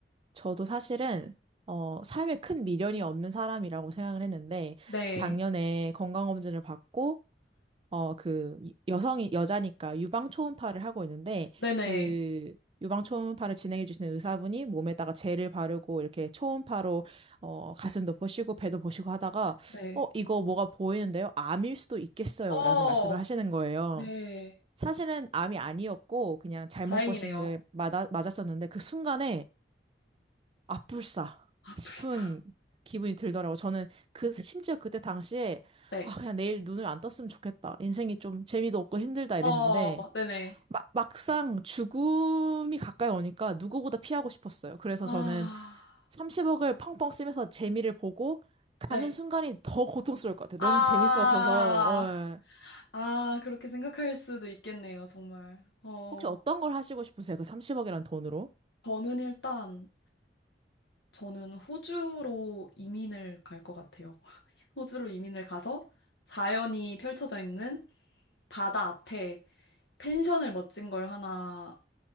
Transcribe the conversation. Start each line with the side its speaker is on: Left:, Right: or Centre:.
Right: 저도 사실은 어, 삶에 큰 미련이 없는 사람이라고 생각을 했는데
Left: 네.
Right: 작년에 건강검진을 받고 어, 그, 이- 여성이, 여자니까 유방 초음파를 하고 있는데,
Left: 네네.
Right: 그, 유방 초음파를 진행해 주시는 의사분이 몸에다가 젤을 바르고, 이렇게 초음파로, 어, 가슴도 보시고, 배도 보시고 하다가,
Left: 네.
Right: 어, 이거 뭐가 보이는데요? 암일 수도 있겠어요.
Left: 어,
Right: 라는 말씀을 하시는 거예요.
Left: 네.
Right: 사실은 암이 아니었고, 그냥 잘못
Left: 다행이네요.
Right: 보신 게 맞아, 맞았었는데, 그 순간에, 아뿔싸
Left: 아,
Right: 싶은
Left: 불사.
Right: 기분이 들더라고. 저는 그, 심지어 그때 당시에,
Left: 네.
Right: 아, 그냥 내일 눈을 안 떴으면 좋겠다. 인생이 좀 재미도 없고 힘들다
Left: 어,
Right: 이랬는데,
Left: 네네.
Right: 막, 막상 죽음이 가까이 오니까 누구보다 피하고 싶었어요. 그래서
Left: 아,
Right: 저는 30억을 펑펑 쓰면서 재미를 보고 가는
Left: 네.
Right: 순간이 더 고통스러울 것 같아요.
Left: 아,
Right: 너무 재밌었어서, 어, 예.
Left: 아, 그렇게 생각할 수도 있겠네요, 정말. 어,
Right: 혹시 어떤 걸 하시고 싶으세요? 그 30억이란 돈으로?
Left: 저는 일단, 저는 호주로 이민을 갈 것 같아요. 호주로 이민을 가서 자연이 펼쳐져 있는 바다 앞에 펜션을 멋진 걸 하나